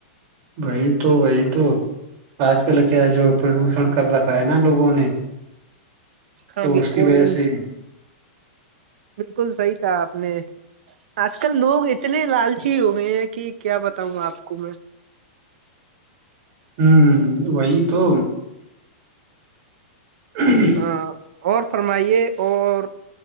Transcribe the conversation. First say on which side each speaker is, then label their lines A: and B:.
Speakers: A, on the right; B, on the right.
A: وہی تو وہی تو آج کل کیا جو پردوشن کر رکھا ہے نا لوگوں نے
B: ہاں
A: تو
B: بالکل
A: اس کی وجہ سے
B: بالکل صحیح تھا آپ نے آج کل لوگ ا اتنے لالچی ہو گئے ہیں کہ کیا بتاؤں گا آپ کو میں
A: ہوں وہی تو ہوں
B: ہاں اور فرمائیے اور